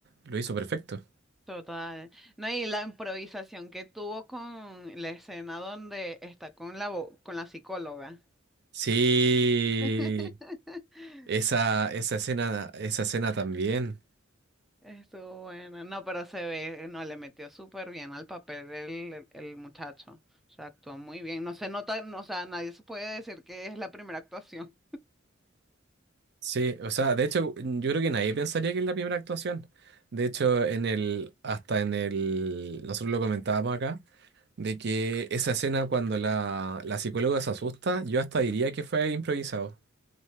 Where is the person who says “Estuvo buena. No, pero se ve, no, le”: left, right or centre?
Centre